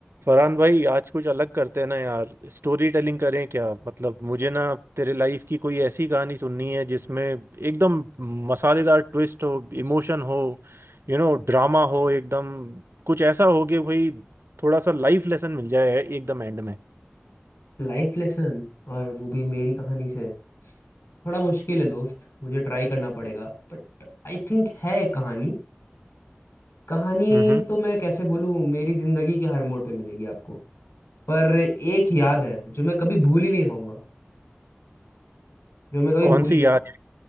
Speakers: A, on the right (about 70°); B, on the left (about 75°).
A: फरहान भाई आज कुछ अलग करते हैं ना यार स्टोरी टेलिंग करें क्या मतलब मुझे ना तेरे लाइफ की कोई ऐसी कहानी सुननी है जिसमें एकदम मसालेदार ट्विस्ट हो इमोशन हो यू नो ड्रामा हो एकदम कुछ ऐसा हो कि भाई थोड़ा सा लाइफ लेसन मिल जाए एकदम एंड में
B: लाइफ लेसन और वो भी मेरी कहानी से थोड़ा मुश्किल है दोस्त मुझे ट्राई करना पड़ेगा बट आई थिंक है एक कहानी कहानी
A: हम्म
B: तो मैं कैसे बोलूँ मेरी जिंदगी के हर मोड़ पे मिलेगी आपको पर एक याद है जो मैं कभी भूल ही नहीं पाऊंगा जो मैं कभी
A: कौन
B: भूल ही
A: सी
B: नहीं
A: यार
B: पाऊंगा